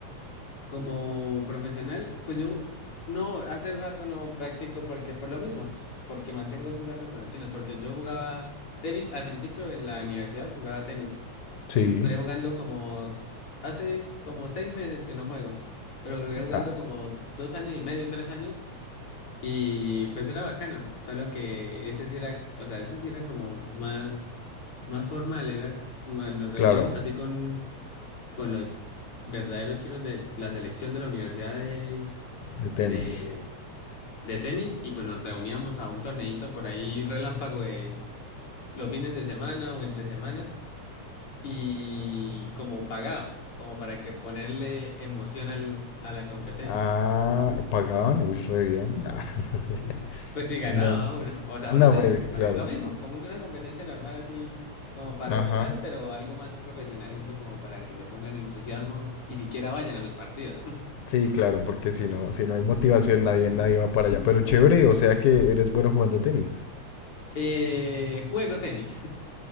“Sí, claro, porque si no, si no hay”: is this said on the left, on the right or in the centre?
Left